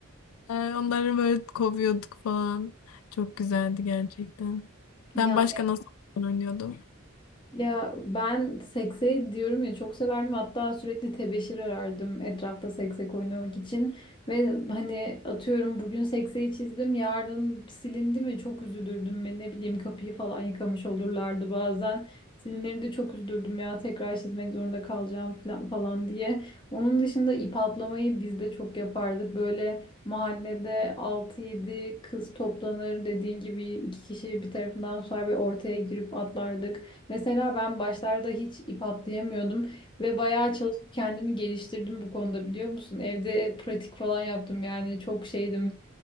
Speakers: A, on the left (about 85°); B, on the left (about 25°).
A: Yani onları böyle kovuyorduk falan. Çok güzeldi gerçekten.
B: Ya
A: Sen başka nasıl oyun oynuyordun?
B: Ya ben sekseyi diyorum ya çok severdim hatta sürekli tebeşir arardım etrafta seksek oynamak için ve hani atıyorum bugün sekseyi çizdim yarın silindi mi çok üzülürdüm ve ne bileyim kapıyı falan yıkamış olurlardı bazen silinleri de çok üzülürdüm ya tekrar çizmek zorunda kalacağım falan, falan diye onun dışında ip atlamayı biz de çok yapardık böyle mahallede altı yedi kız toplanır dediğin gibi iki kişi bir tarafından tutar ve ortaya girip atlardık Mesela ben başlarda hiç ip atlayamıyordum ve bayağı çalışıp kendimi geliştirdim bu konuda biliyor musun? Evde pratik falan yaptım yani çok şeydim.